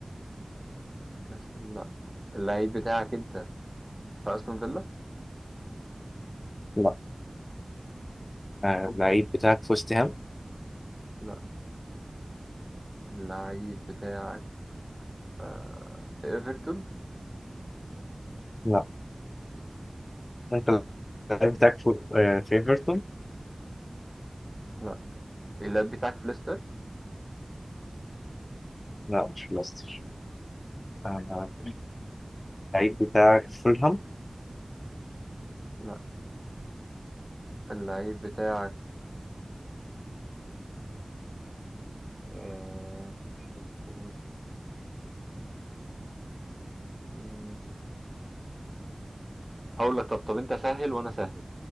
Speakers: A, on the right (about 15°); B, on the left (about 60°).
A: كأس- لا اللعيب بتاعك انت في استون فيلا
B: لا آه اللعيب بتاعك في وست هام
A: لا اللعيب بتاعك في في ايفرتون
B: لا انت اللعيب بتاعك في, آه في ايفرتون
A: لا اللعيب بتاعك في ليستر
B: لا مش في ليستر آه اللعيب بتاعك في فولهام
A: لا اللعيب بتاعك آه شوت كور مم. هقول لك طب طب انت سهل وانا سهل